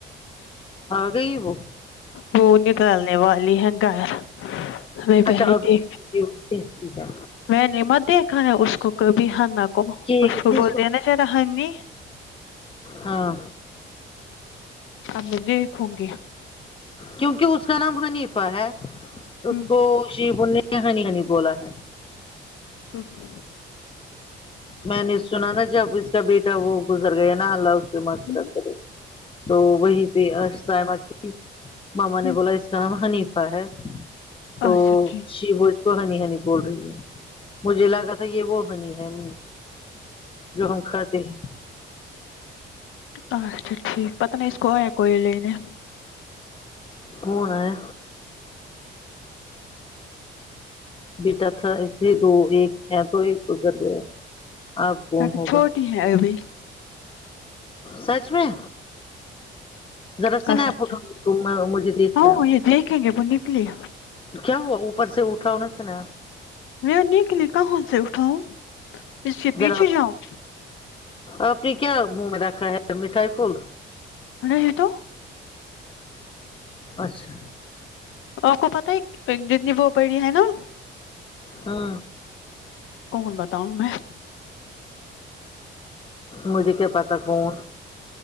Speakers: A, on the left (about 25°); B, on the left (about 80°).
A: آگیی وہ
B: وہ نکالنے والی ہیں گھر ہمیں پہلے
A: اچھا اب
B: دے
A: دیکھ لیجیے وہ کہتی ہے
B: میں نے مت دیکھا ہے اس کو کبھی ہنا کو
A: کہ
B: اس
A: کتنے
B: کو بول
A: سو
B: تے ہے نا زیادہ ہنی
A: ہاں
B: اب میں دیکھوں گی
A: کیونکہ اس کا نام حنیفہ ہے
B: ہوں
A: اس کو شیبو نے یہ ہنی ہنی بولا ہے
B: <unintelligible>
A: میں نے سنا نا جب اس کا بیٹا وہ گزر گیا ہے نا اللہ اس کی مغفرت
B: ہوں
A: کرے تو وہی پہ <unintelligible> کی ماما
B: ہوں
A: نے بولا اس کا نام حنیف تا ہے تو
B: اچھا ٹھیک
A: شیبو تو ہنی ہنی بول رہی ہے مجھے لگا تھا یہ وہ ہنی ہے و جو ہم کھاتے ہیں
B: اچھا ٹھیک پتا نہیں اس کو آیا کوئی لینے
A: کون آیا بیٹا تھا ایک یا دو ایک ہے تو ایک گزر گیا آب کون
B: لیکن
A: ہوگا
B: چھوٹی ہے ابھی
A: سچ میں ذرا
B: قسم
A: سا نیا فوٹو
B: سے
A: <unintelligible> میں مجھے دیکھنا
B: ہاں
A: ہے
B: یہ دیکھیں گے بنے لیا
A: کیا ہوا اوپر سے اٹھا ہو نا تھانہ
B: میرا نیک لیے کہاں سے اٹھاؤں اس کے
A: ذرا
B: پیچھے جاؤں
A: اپ نے کیا منہ میں رکھا ہے مٹھائی پھول
B: نہیں تو
A: اچھا
B: اپ کو پتہ ہے پینڈن وہ پڑی ہے نا
A: ہم
B: کون بتاؤں میں
A: مجھے کیا پتہ کون